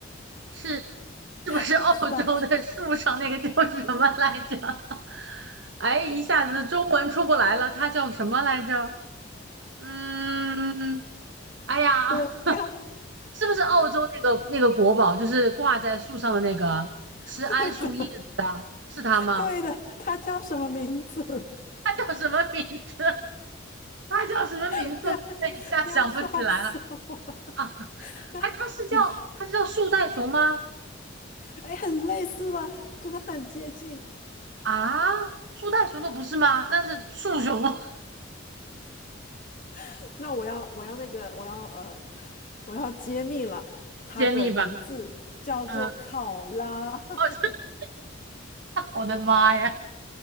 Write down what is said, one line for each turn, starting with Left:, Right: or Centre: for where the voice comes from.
Right: 是是不是澳洲的树上那个叫什么来着？
Left: <laughs> 我知道，
Right: <laughs> 哎，一下子中文出不来了，它叫什么来着？嗯，哎呀，
Left: 我要
Right: <laughs> 是不是澳洲那个那个国宝，就是挂在树上的那个吃桉树叶子的，
Left: <laughs> 对的
Right: 是它吗？
Left: 对的，它叫什么名字？
Right: 它叫什么名字？他叫什么名字？
Left: <laughs> 你要
Right: 我一下想不起来了
Left: 你要笑死我！
Right: 啊！
Left: <laughs> 那你说。
Right: 哎，他是叫他是叫树袋熊吗？
Left: 哎，很类似了，真的很接近。
Right: 啊，树袋熊的不是吗？那是树熊，<laughs>
Left: <laughs> 那我要，我要那个，我要呃，<laughs> 我要揭秘了，它的名字叫做考拉。
Right: 揭秘吧。嗯，
Left: <laughs>
Right: 哦，<laughs> 真我的妈呀！